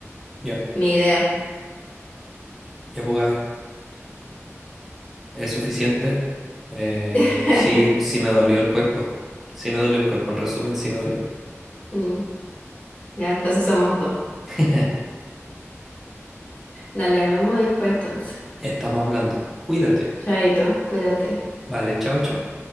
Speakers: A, in the centre; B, on the left (about 30°).
A: Ya,
B: Ni idea.
A: ya pues Gaby. ¿Es suficiente? Eh,
B: <laughs>
A: sí, sí me dolió el cuerpo. Sí me dolió el cuerpo, en resumen, sí me dolió.
B: Mm, Ya, entonces somos dos.
A: <laughs>
B: Dale, hablamos después entonces.
A: Estamos hablando. Cuídate.
B: Chaito, cuídate.
A: Vale, chao, chao.